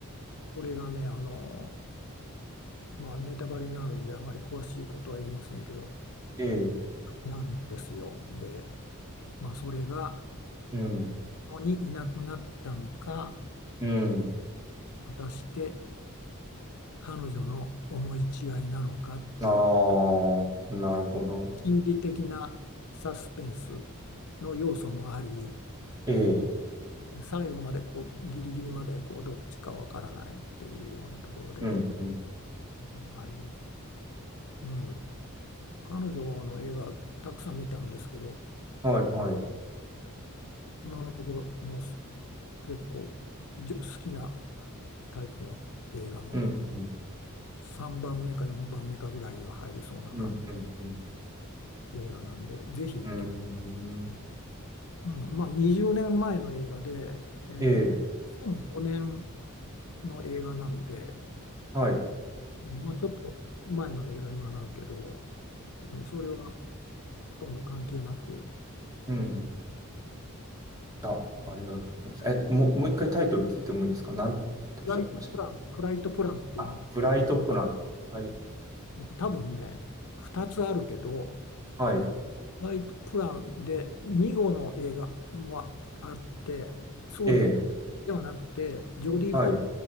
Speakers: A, on the left; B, on the right.
A: これがねあのまあネタバレになるんであまり詳しいことは言いませんけど
B: ええ、
A: なくなるんですよでまあそれが
B: うん、
A: にいなくなったのか
B: うん。
A: 果たして彼女の思い違いなのかっていう
B: ああ、なるほど。
A: 心理的なサスペンスの要素もあり
B: ええ、
A: 最後までこうギリギリまでこうどっちかわからないっていうようなところでど
B: うん、うん。
A: うもあり、うん、彼女の映画たくさん見たんですけど
B: はい、はい。
A: 今のところもう結構じ好きなタイプの映画の
B: うん、うん、
A: 3番目か4番目かぐらいには入りそうなか
B: うん、うん、うん。
A: 映画なんでぜひ
B: うん
A: うん、まあ20年前の映画で、えうんー、
B: ええ、
A: 2005年の映画なんで、
B: はい。
A: まあ、ちょっと前の映画にはなるけど、うん、それはほとんど関係なく、
B: うん。
A: え
B: あ、ありがとうございます。え、もう、もう一回タイトル聞いてもいいですかなんておっしゃってまし
A: フライトプラン、フライトプランっていう、
B: たあ、フライトプラン。はい。
A: えっと、多分ね、2つあるけど、
B: はい。
A: フライトプランで2号の映画もああって、そうで
B: ええ、
A: はなくて、ジョディ・
B: はい。
A: フォ